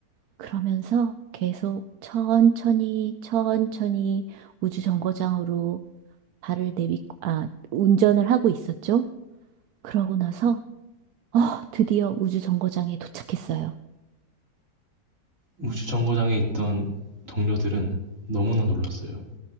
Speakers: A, on the right; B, on the right.
A: 그러면서 계속 천천히, 천천히 우주정거장으로 발을 내딛고, 아, 운전을 하고 있었죠. 그러고 나서, 어, 드디어 우주정거장에 도착했어요.
B: 우주 정거장에 있던 동료들은 너무나 놀랐어요.